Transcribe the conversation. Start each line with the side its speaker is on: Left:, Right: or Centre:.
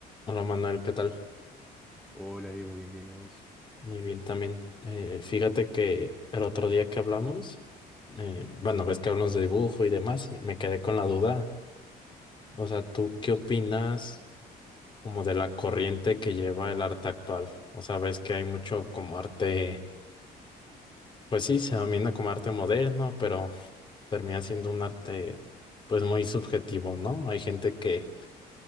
Left: Hola Manuel, ¿qué tal?
Centre: Hola Diego, bienvenidos.
Left: Muy bien también. Eh, fíjate que el otro día que hablamos, eh, bueno, ves que hablamos de dibujo y demás, y me quedé con la duda. O sea, ¿tú qué opinas como de la corriente que lleva el arte actual? O sea, ves que hay mucho como arte, pues sí, se domina como arte moderno, pero termina siendo un arte pues muy subjetivo, ¿no? Hay gente que,